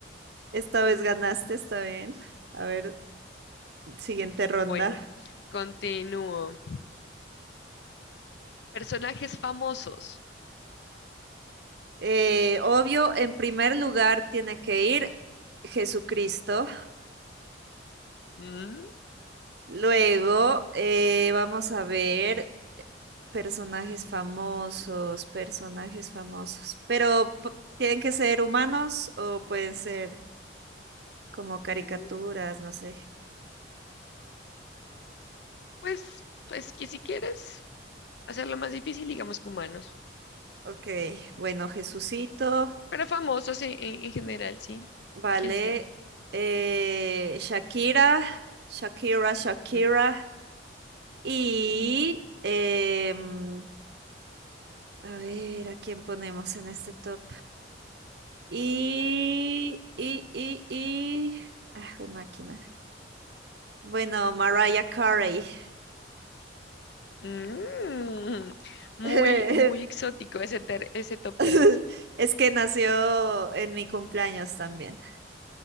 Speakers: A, on the right; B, on the left.
A: Esta vez ganaste, está bien. A ver, siguiente ronda.
B: Bueno, continúo. Personajes famosos.
A: Eh, obvio, en primer lugar tiene que ir Jesucristo.
B: Mm,
A: Luego, eh, vamos a ver personajes famosos, personajes famosos. Pero, p- ¿tienen que ser humanos o pueden ser como caricaturas?
B: mm,
A: No sé.
B: Pues, pues que si quieres hacerlo más difícil, digamos que humanos,
A: Ok, bueno, Jesucito,
B: pero famosos en, en- en general, sí,
A: vale.
B: quien sea.
A: eh, Shakira, Shakira, Shakira.
B: Mm.
A: Y, em, a ver, ¿a quién ponemos en este top? Y, y, y, y. Ah, jue máquina. Bueno, Mariah Carey.
B: Mm, Muy,
A: <laughs>
B: muy exótico ese, ter- ese top
A: <laughs>
B: 3.
A: Es que nació en mi cumpleaños también.